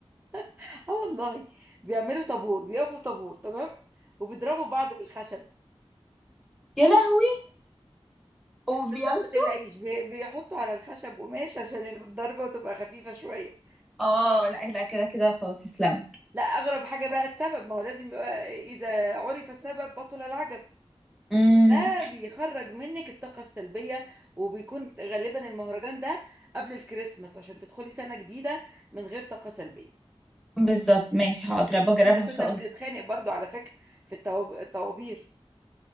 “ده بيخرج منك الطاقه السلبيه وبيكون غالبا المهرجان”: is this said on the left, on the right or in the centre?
Right